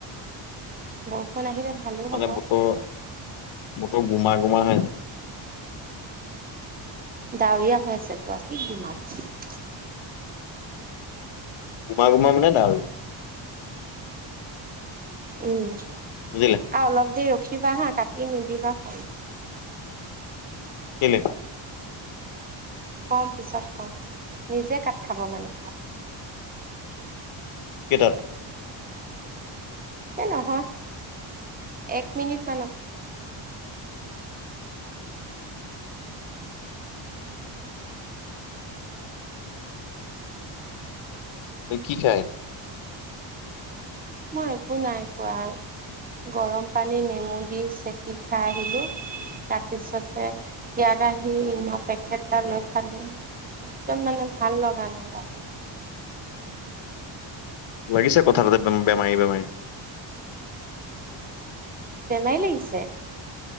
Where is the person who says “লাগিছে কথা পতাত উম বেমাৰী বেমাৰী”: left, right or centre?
Left